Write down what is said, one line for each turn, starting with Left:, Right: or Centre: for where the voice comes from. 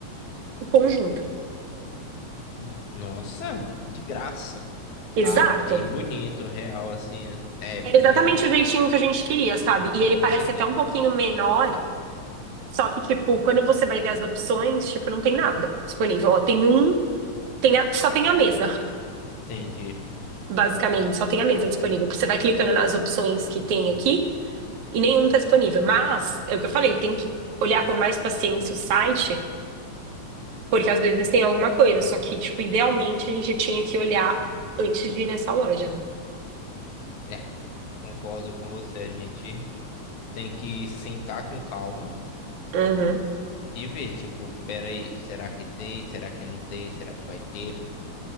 Right: o conjunto.
Left: Ent- Nossa, de graça.
Right: Exato.
Left: Ah, bem bonito, real, assim, é é bem,
Right: Era exatamente o jeitinho que a gente queria, sabe? E ele
Left: com
Right: parece
Left: certeza.
Right: até um pouquinho menor. Só que, tipo, quando você vai ver as opções, tipo, não tem nada disponível. Ó, tem um Tem a- só tem a mesa,
Left: Entendi.
Right: basicamente, só tem a mesa disponível. Você vai clicando nas opções que tem aqui e nenhum tá disponível. Mas, é o que eu falei, tem que olhar com mais paciência o site, porque às vezes tem alguma coisa. Só que, tipo, idealmente a gente tinha que olhar antes de ir nessa loja, né?
Left: É, concordo com você, a gente tem que sentar com calma
Right: Uhum.
Left: e ver, tipo, peraí, será que tem? Será que não tem? Será que vai ter?